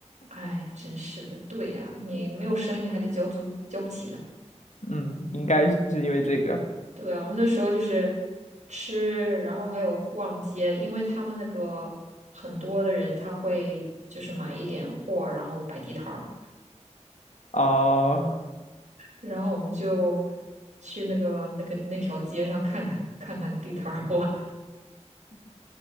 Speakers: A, on the right (about 85°); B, on the left (about 85°).
A: 哎，真是的。对呀，你没有生意还得交租，交不起了。
B: 嗯，应该是因为这个。
A: 对啊，我们那时候就是吃，然后还有逛街，因为他们那个很多的人他会就是买一点货，然后摆地摊儿。
B: 哦，
A: 然后我们就去那个那个那条街上看看看看地摊儿货。<laughs>